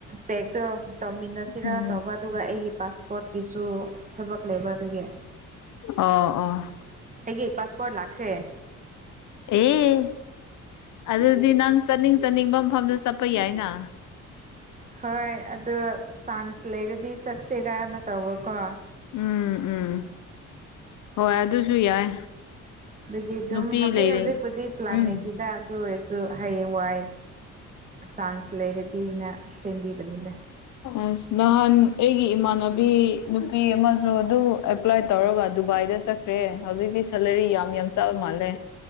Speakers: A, on the right; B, on the left.
A: ꯄꯦꯛꯇꯣ ꯇꯧꯃꯤꯟꯅꯁꯤꯔꯥ
B: ꯎꯝ
A: ꯇꯧꯕ ꯑꯗꯨꯒ ꯑꯩꯒꯤ ꯄꯥꯁꯄꯣꯔꯠꯀꯤꯁꯨ ꯊꯕꯛ ꯂꯩꯕ ꯑꯗꯨꯒꯤ
B: ꯑꯣ ꯑꯣ
A: ꯑꯩꯒꯤ ꯄꯥꯁꯄꯣꯔꯠ ꯂꯥꯛꯈ꯭ꯔꯦ
B: ꯑꯦ ꯑꯗꯨꯗꯤ ꯅꯪ ꯆꯠꯅꯤꯡ ꯆꯠꯅꯤꯡꯕ ꯃꯐꯝꯗ ꯆꯠꯄ ꯌꯥꯏꯅ
A: ꯍꯣꯏ ꯑꯗꯣ ꯆꯥꯟꯁ ꯂꯩꯔꯗꯤ ꯆꯠꯁꯤꯔꯥꯅ ꯇꯧꯕꯀꯣ
B: ꯎꯝ ꯎꯝ ꯍꯣꯏ ꯑꯗꯨꯁꯨ ꯌꯥꯏ
A: ꯑꯗꯨꯒꯤ ꯑꯗꯨꯝ
B: ꯅꯨꯄꯤ
A: ꯍꯧꯖꯤꯛ
B: ꯂꯩꯔꯤ
A: ꯍꯧꯖꯤꯛꯄꯨꯗꯤ ꯄ꯭ꯂꯥꯟ
B: ꯎꯝ
A: ꯂꯩꯇꯦꯗ ꯑꯗꯨ ꯑꯣꯏꯔꯁꯨ ꯍꯌꯦꯡ ꯋꯥꯏ ꯆꯥꯟꯁ ꯂꯩꯔꯗꯤꯅ ꯁꯦꯝꯕꯤꯕꯅꯤꯗ
B: ꯑꯁ ꯅꯍꯥꯟ ꯑꯩꯒꯤ ꯏꯃꯥꯟꯅꯕꯤ ꯅꯨꯄꯤ ꯑꯃꯁꯨ ꯑꯗꯨ ꯑꯦꯄ꯭ꯂꯥꯏ ꯇꯧꯔꯒ ꯗꯨꯕꯥꯏꯗ ꯆꯠꯈ꯭ꯔꯦ ꯍꯧꯖꯤꯛꯇꯤ ꯁꯦꯂꯥꯔꯤ ꯌꯥꯝ ꯌꯥꯝ ꯆꯥꯕ ꯃꯥꯜꯂꯦ